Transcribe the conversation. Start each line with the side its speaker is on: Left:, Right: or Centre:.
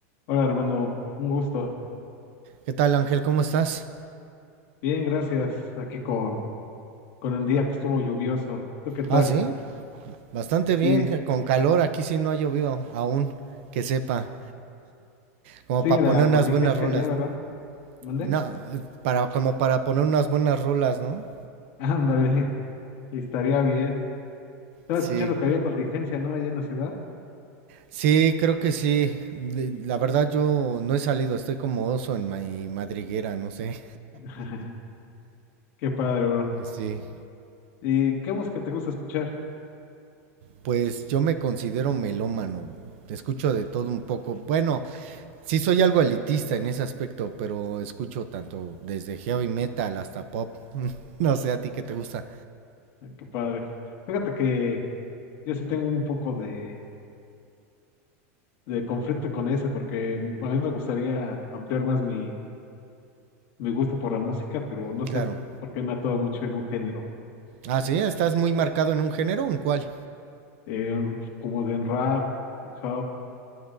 Left: Hola hermano, un gusto.
Right: ¿Qué tal, Ángel? ¿Cómo estás?
Left: Bien, gracias. Aquí con, con el día que estuvo lluvioso. ¿Tú qué tal?
Right: Ah, sí, bastante
Left: Sí,
Right: bien, eh, con calor, aquí sí no ha llovido aún, que sepa, como
Left: sigue
Right: para
Left: la
Right: poner
Left: contingencia
Right: unas buenas rolas,
Left: allá, ¿verdad?
Right: ¿no?
Left: ¿Mandé?
Right: No, eh, para, como para poner unas buenas rolas, ¿no?
Left: <laughs> Ándale, estaría bien. Estaba
Right: Sí,
Left: escuchando que había contingencia, ¿no? Allá en la ciudad.
Right: sí, creo que sí. De- La verdad yo no he salido, estoy como oso en mi madriguera, no sé.
Left: <laughs> Qué padre, bro.
Right: Sí,
Left: ¿Y qué música te gusta escuchar?
Right: pues yo me considero melómano, escucho de todo un poco. Bueno, sí soy algo elitista en ese aspecto, pero escucho tanto desde heavy metal hasta pop. <laughs> no sé a ti qué te
Left: Ah,
Right: gusta.
Left: Qué padre. Fíjate que yo sí tengo un poco de, de conflicto con ese, porque a mí me gustaría ampliar más mi, mi gusto por la música, pero no
Right: Claro.
Left: sé por qué me atoro mucho en un género.
Right: Ah, sí, estás muy marcado en un género, ¿en cuál?
Left: eh, como de en rap, hip hop,